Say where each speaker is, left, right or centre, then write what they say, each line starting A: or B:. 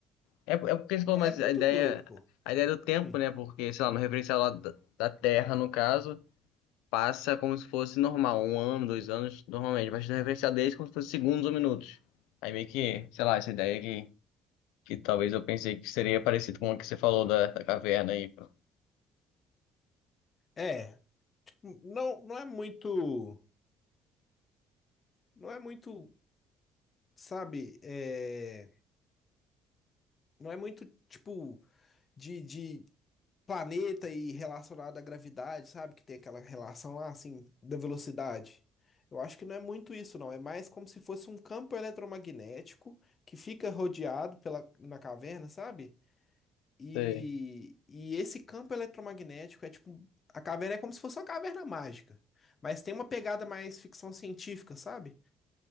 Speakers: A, on the left; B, on the left.
A: É, é porque você falou,
B: É
A: mas
B: muito
A: a ideia,
B: doido, pô.
A: a ideia do tempo,
B: Hum,
A: né? Porque, sei lá, no referencial lá da da Terra, no caso. passa como se fosse normal, um ano, dois anos, normalmente, mas na referencial deles como se fosse segundos ou minutos. Aí meio que, sei lá, essa ideia que, que talvez eu pensei que seria parecido com o que você falou da, da caverna aí. pô.
B: É, não, não é muito. Não é muito, sabe? é, não é muito tipo de, de planeta e relacionado à gravidade, sabe? Que tem aquela relação lá, assim, da velocidade. Eu acho que não é muito isso, não. É mais como se fosse um campo eletromagnético que fica rodeado pela, na caverna, sabe? E,
A: Sei,
B: e esse campo eletromagnético é tipo. A caverna é como se fosse uma caverna mágica. Mas tem uma pegada mais ficção científica, sabe?